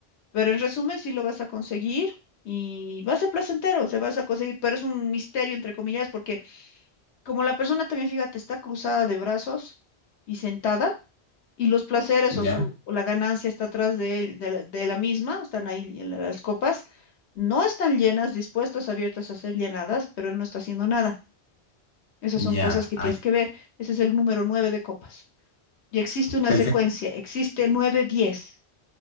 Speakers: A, on the left (about 80°); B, on the left (about 50°).
A: Pero en resumen, sí lo vas a conseguir y va a ser placentero, se vas a conseguir, pero es un misterio, entre comillas, porque como la persona también, fíjate, está cruzada de brazos y sentada, y los placeres
B: ya.
A: o, su, o la ganancia está atrás de, él- de la, de la misma, están ahí en la- las copas, no están llenas, dispuestas, abiertas a ser llenadas, pero él no está haciendo nada. Esas
B: Ya.
A: son cosas que tienes que ver. Ese es el número nueve de copas. Y existe una
B: Perfecto.
A: secuencia, existe nueve, diez.